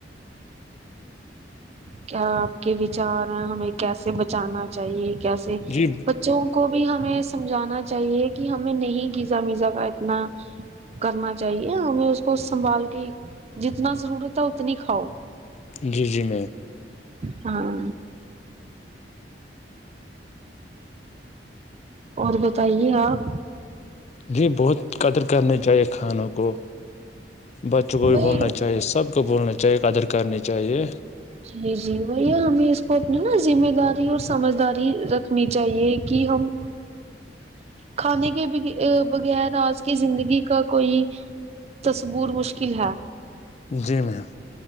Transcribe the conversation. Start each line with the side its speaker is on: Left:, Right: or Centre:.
Right: کیا آپ کے وچار ہیں ہمیں کیسے بچانا چاہیے کیسے
Left: جی
Right: بچوں کو بھی ہمیں سمجھانا چاہیے کہ ہمیں نہیں گیزا میزا کا اتنا کرنا چاہیے ہمیں اس کو سنبھال کے جتنا ضرورت ہے اتنی کھاؤ
Left: جی جی میںیم
Right: ہاں اور بتائیے آپ
Left: جی بہت قدر کرنی چاہیے کھانوں کو بچوں کو بھی
Right: وہی
Left: بولنا چاہیے سب کو بولنا چاہیے آدر کرنی چاہیے
Right: جی جی وہیا ہمیں اس کو اپنی نا ذمہ داری اور سمجھداری رکھنی چاہیے کہ ہم کھانے کے بغیر آج کی زندگی کا کوئی تصبور مشکل ہے
Left: جی میںیم